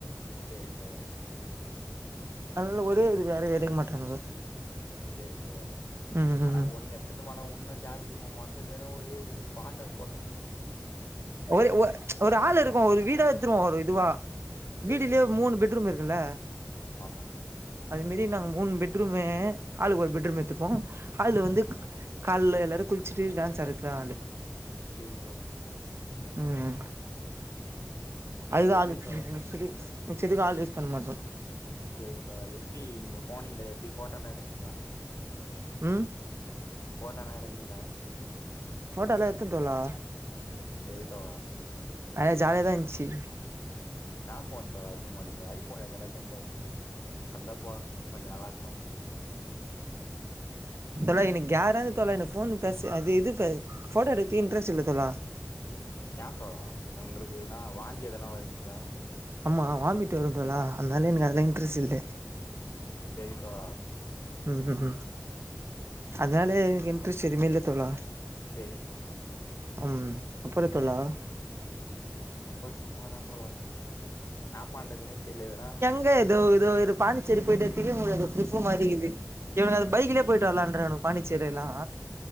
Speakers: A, on the left; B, on the right.
A: சேரி தோழா
B: அதனால ஒரே இது வேற எடுக்க மாட்டானுங்க
A: சேரி தோழா
B: ம் ம்
A: ஆனா
B: ம்
A: ஒன்னு எத்துட்டுவானா ஒண்ணும் ஜாலி மொத்த பேரும் ஒரே இது பாட்ட போட்டும் வனா
B: ஒரு ஓர் ஆள் இருக்கும் ஒரு வீடா எத்துருவோம் ஒரு இதுவா
A: சேரி
B: வீடிலேயே
A: தோழா
B: மூணு பெட்ரூம் இருக்குல்ல
A: ஆமா
B: அது மேரி நாங்க மூணு பெட்ரூமு ஆலுக்கு ஒரு பெட்ரூம் எத்துப்போம் ஹால் வந்து
A: ஆ
B: கால்ல எல்லாரும் குளிச்சுட்டு டான்ஸ் ஆடுறதுக்கு தா ஹாளு
A: சேரி தோழா
B: ம்
A: சேரி
B: அதுதா
A: எப்டி
B: அது ஃப்ரீ
A: தோழா
B: மிச்சத்துக்கு ஆள் யூஸ் பண்ண மாட்டோம்
A: சேரி தோழா எப்டி நீங்க போனீங்களே எப்டி போட்டோ லா எடுத்துங்கிளா
B: ம்
A: போட்டோலா எடுப்பிங்களா
B: போட்டோலா எத்த தோழா
A: சேரி தோழா
B: ஆனா ஜாலியாதா இன்ச்சி
A: என்னா போன் தோழா எத்துபோனீங்க ஐபோன் எதுனா எடுத்துனு போறது அந்த போன் கொஞ்சம் நல்லா இருக்கும்
B: தோழா எனக்கு கேரா இருக்கு தோழா எனக்கு போன் பேச அது இது போட்டோ எடுக்க இன்டரெஸ்ட் இல்ல தோழா
A: ஏன் தோழா உங்களுக்கு ஏனா வாந்தி எதனா வந்த்ச்சா
B: ஆமா வாமிட் வருந் தோழா அதனால எனக்கு அதுல இன்ட்ரெஸ்ட் இல்ல
A: சேரிப்பா
B: ம் ம் ம் அதனால எனக்கு இன்ட்ரெஸ்ட் எதுமே இல்ல தோழா
A: சேரி தோழா
B: ம் அப்பற தோழா
A: அப்பற சும்மாதா தோழா என்னா பண்றதுனே தெர்லங்கிற
B: ஏதோ இதோ இதோ இது பாண்டிச்சேரி போய்ட்டு வரதுக்கே உங்களுக்கு டிரிப்பு மாரி இருக்கு இவனுங்க அது பைக்லயே போயிட்டு வர்லான்றானுங்க பாண்டிச்சேரில்லாம்